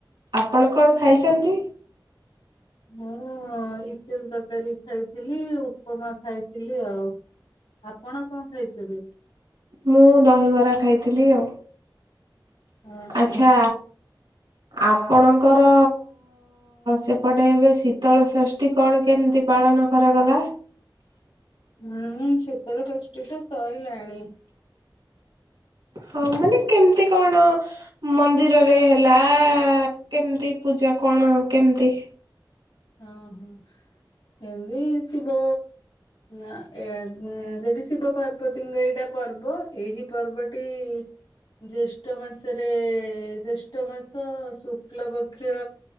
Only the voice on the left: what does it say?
ମୁଁ ଇଟିଲି ତରକାରୀ ଖାଇଥିଲି ଉପମା ଖାଇଥିଲି ଆଉ। ଆପଣ କଣ ଖାଇଛନ୍ତି?
ହଁ
ହଁ।
ହୁଁ ଶୀତଳ ଷଷ୍ଠୀ ତ ସରିଲାଣି।
ହଁ ହଁ ଏମତି ଶିବ ଆ ଏ ଇଁ ସେଇଠୀ ଶିବ ପାର ବତିଙ୍କ ଏଇଟା ପର୍ବ ଏହି ପର୍ବଟି ଜ୍ୟେଷ୍ଠ ମାସରେ ଜେଷ୍ଠ ମାସ ଶୁକ୍ଲ ପକ୍ଷ